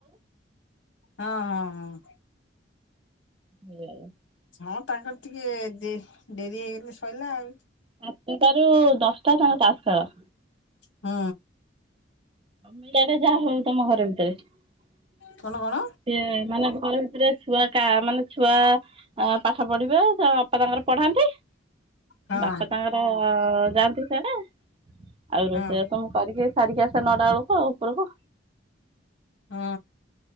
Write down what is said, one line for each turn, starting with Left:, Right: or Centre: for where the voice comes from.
Left: ହଁ ହଁ ହଁ।
Right: ଆ
Left: ହଁ ତାଙ୍କର ଟିକେ ଡେ ଡେରି ହେଇଗଲେ ଶଇଲା ଆଉ।
Right: ସାତଟାରୁ ଦଶଟା ତାଙ୍କ ତାସ୍ ଖେଳ।
Left: ହଁ।
Right: ମିଡେ ଯାହା ହଉ ତମ ଘର ଭିତରେ। ସିଏ
Left: କଣ କଣ
Right: ମାନେ ଘର ଭିତରେ, ଛୁଆ କା ମାନେ ଛୁଆ ପାଠ ପଢିବେ, ବାପା ତାଙ୍କର ପଢାନ୍ତି।
Left: ହଁ
Right: ବାପା ତାଙ୍କର ଯାଆନ୍ତି ସେଆଡେ, ଆଉ ରୋଷେଇ
Left: ହଁ
Right: ସବୁ କରିକି ସାରିକି ଆସେ ନଡା ବେଳକୁ ଉପରକୁ।
Left: ହଁ